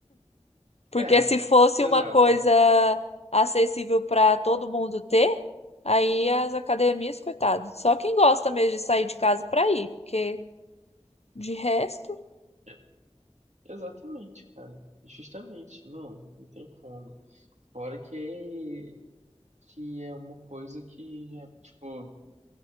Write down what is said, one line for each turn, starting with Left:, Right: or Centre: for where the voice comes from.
Left: Porque
Right: É,
Left: se fosse
Right: exato.
Left: uma coisa acessível para todo mundo ter, aí as academias, coitado. Só quem gosta mesmo de sair de casa para ir, porque de resto,
Right: É, exatamente, cara. Justamente. Não, não tem como. Fora que, que é uma coisa que, é, tipo,